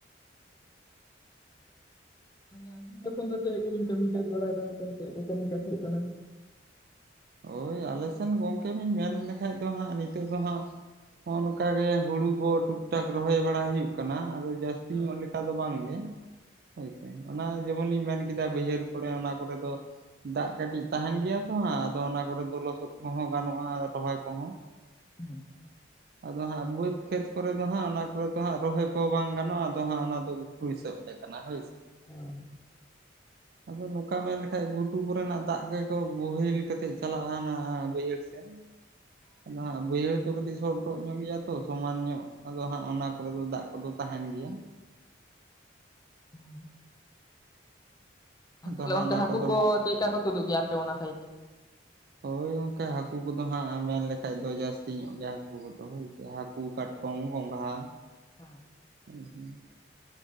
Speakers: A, on the left; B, on the right.
A: ᱢᱟᱱᱮ ᱟᱵᱤᱱ ᱛᱚᱠᱷᱚᱱ ᱫᱚ ᱪᱮᱫ ᱠᱚᱵᱤᱱ ᱠᱟᱹᱢᱤ ᱠᱟᱡᱽ ᱵᱟᱲᱟᱭᱮᱫᱟ ᱥᱮ ᱪᱮᱫ ᱠᱚ ᱠᱟᱹᱢᱤ ᱠᱟᱡ ᱦᱩᱭᱩᱜ ᱠᱟᱱᱟ?
B: ᱦᱳᱭ ᱟᱞᱮ ᱥᱮᱱ ᱜᱚᱝᱠᱮ ᱵᱤᱱ ᱢᱮᱱ ᱞᱮᱠᱷᱟᱡ ᱫᱚ ᱦᱟᱸᱜ ᱱᱤᱛᱚᱜ ᱫᱚ ᱦᱟᱸᱜ ᱱᱚᱜ-ᱱᱚᱝᱠᱟ ᱜᱮ ᱦᱩᱲᱩ ᱠᱚ ᱴᱩᱠ ᱴᱟᱠ ᱨᱚᱦᱚᱭ ᱵᱟᱲᱟ ᱦᱩᱭᱩᱜ ᱠᱟᱱᱟ ᱟᱫᱚ ᱡᱟᱹᱥᱛᱤ
A: ᱦᱮᱸ
B: ᱧᱚᱜ ᱞᱮᱠᱟ ᱫᱚ ᱵᱟᱝ ᱜᱮ ᱦᱳᱭ ᱥᱮ ᱾ ᱚᱱᱟ ᱡᱮᱢᱚᱱ ᱞᱤᱧ ᱢᱮᱱ ᱠᱮᱫᱟ ᱵᱟᱹᱭᱦᱟᱹᱲ ᱠᱚᱲᱮ ᱚᱱᱟ ᱠᱚᱨᱮ ᱫᱚ ᱫᱟᱜ ᱠᱟᱹᱴᱤᱡ ᱛᱟᱦᱮᱱ ᱜᱮᱭᱟ ᱛᱚ ᱦᱟᱸᱜ ᱟᱫᱚ ᱚᱱᱟ ᱠᱚᱨᱮ ᱫᱚ ᱞᱚᱥᱚᱫ ᱠᱚᱦᱚᱸ ᱜᱟᱱᱚᱜ-ᱟ ᱨᱚᱦᱚᱭ ᱠᱚᱦᱚᱸ᱾
A: <inaudible>
B: ᱟᱫᱚ ᱦᱟᱸᱜ ᱵᱟᱹᱛ ᱠᱷᱮᱛ ᱠᱚᱨᱮ ᱫᱚ ᱦᱟᱸᱜ ᱚᱱᱟ ᱠᱚᱨᱮ ᱫᱚ ᱦᱟᱸᱜ ᱨᱚᱦᱚᱭ ᱠᱚ ᱵᱟᱝ ᱜᱟᱱᱚᱜ-ᱟ ᱟᱫᱚ ᱦᱟᱸᱜ ᱚᱱᱟ ᱫᱚ ᱜᱷᱩᱴᱩ ᱦᱤᱥᱟᱹᱵ ᱛᱮ ᱠᱟᱱᱟ ᱦᱳᱭ ᱥᱮ ᱾
A: ᱩᱸ ᱾
B: ᱟᱫᱚ ᱱᱚᱠᱟ ᱢᱮᱱ ᱞᱮᱠᱷᱟᱡ ᱜᱷᱩᱴᱩ ᱠᱚᱨᱮᱱᱟᱜ ᱫᱟᱜ ᱜᱮᱠᱚ ᱵᱳᱦᱮᱞ ᱠᱟᱛᱮᱜ ᱪᱟᱞᱟᱜ-ᱟ ᱚᱱᱟ ᱵᱟᱹᱭᱦᱟᱹᱲ ᱥᱮᱱ ᱾
A: <inaudible>
B: ᱟᱫᱚ ᱦᱟᱸᱜ ᱵᱟᱹᱭᱦᱟᱹᱲ ᱫᱚ ᱠᱟᱹᱴᱤᱡ ᱥᱚᱴᱚᱜ ᱧᱚᱜ ᱜᱮᱭᱟ ᱛᱚ ᱥᱚᱢᱟᱱ ᱧᱚᱜ ᱟᱫᱚ ᱦᱟᱸᱜ ᱚᱱᱟ ᱠᱚᱨᱮ ᱫᱚ ᱫᱟᱜ ᱠᱚᱫᱚ ᱛᱟᱦᱮᱱ ᱜᱮᱭᱟ᱾
A: ᱦᱚᱸ ᱾
B: ᱟᱫᱚ
A: ᱟᱨ ᱛᱟᱦᱞᱮ
B: ᱦᱟᱸᱜ
A: ᱚᱱᱛᱮ
B: ᱚᱱᱟ
A: ᱦᱟᱹᱠᱩ
B: ᱠᱚᱫᱚ
A: ᱠᱚ
B: ᱦᱟᱸᱜ
A: ᱪᱮᱜ ᱠᱟ ᱠᱚ ᱛᱩᱫᱩᱜ ᱜᱮᱭᱟ ᱟᱯᱮ ᱚᱱᱟ ᱥᱟᱭᱤᱴ? <inaudible>
B: ᱦᱳᱭ ᱜᱚᱝᱠᱮ ᱦᱟᱹᱠᱩ ᱠᱚᱫᱚ ᱦᱟᱸᱜ ᱢᱮᱱ ᱞᱮᱠᱷᱟᱡ ᱫᱚ ᱡᱟᱹᱥᱛᱤ ᱧᱚᱜ ᱜᱮᱭᱟ ᱦᱟᱹᱠᱩ ᱠᱚᱫᱚ ᱦᱳᱭ ᱥᱮ ᱦᱟᱹᱠᱩ, ᱠᱟᱴᱠᱚᱢ, ᱜᱚᱸᱜᱷᱟ
A: ᱦᱮᱸ ᱾
B: ᱦᱮ ᱦᱮ ᱾